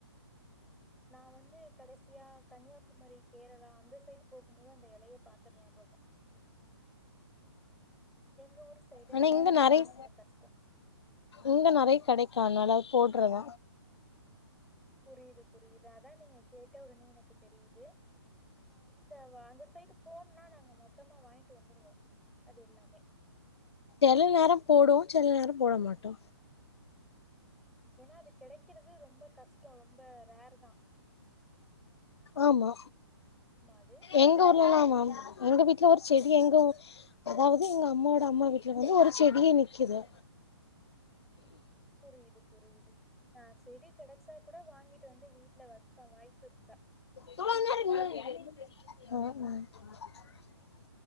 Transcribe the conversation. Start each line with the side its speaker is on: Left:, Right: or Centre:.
Centre: நா வந்து கடைசி சியா கன்னியாகுமரி கேரளா அந்த சைடு போகும்போது அந்த இலய பாத்த ஞாபக எங்க ஊரு சைடு
Left: ஆனா
Centre: அது கெடைக்கிறது
Left: இங்க நறைய
Centre: ரொம்ப கஷ்டம்.
Left: இங்க நறைய கிடைக்கு அதனால போடுறத
Centre: புரியுது புரியுது அதா நீங்க கேட்ட உடனே எனக்கு தெரியுது ஆஹ் இந் <unintelligible> அந்த சைடு போன்ன நாங்க மொத்தமா வாங் ட்டு வந்துருவோ அது எல்லாமே
Left: செல நேர போடு செல நேர போட மாட்டோ
Centre: ஏன்னா அது கெடக்கறது அது ரொம்ப கஷ்ட ரொம்ப ரேர்தா
Left: ஆமா
Centre: அது?
Left: எங்க ஊர்லன ஆமா எங்க வீட்ல ஒரு செ எங்க அதாவது எங்க அம்மாவோட அம்மா வீட்ல வந்து ஒரு செடியே நிக்குது
Centre: புரிது புரிது நா செடிக் கெடச்சாக் கூட வாங்கிட்டு வந்து வீட்ல வப்பே வாய்ப்புருந்தா
Left: ஹ்